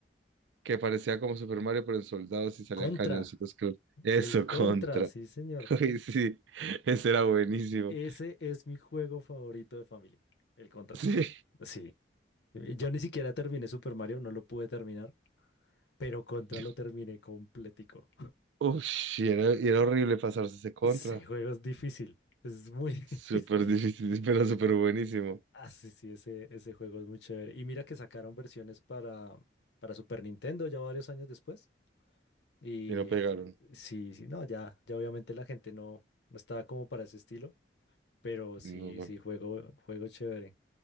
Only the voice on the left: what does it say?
Contra,
el Contra,
sí, señor.
Ese es mi juego favorito de Family, el Contra.
Sí, yo ni siquiera terminé Super Mario, no lo pude terminar, pero Contra
lo terminé completico.
Ese juego es difícil, es muy <laughs>
difícil.
Ah, sí, sí, ese, ese juego es muy chévere. Y mira que sacaron versiones para, para Super Nintendo ya varios años después. Y
eh, sí, sí, no, ya, ya obviamente la gente no, no estaba como para ese estilo, pero sí,
sí, juego, juego chévere.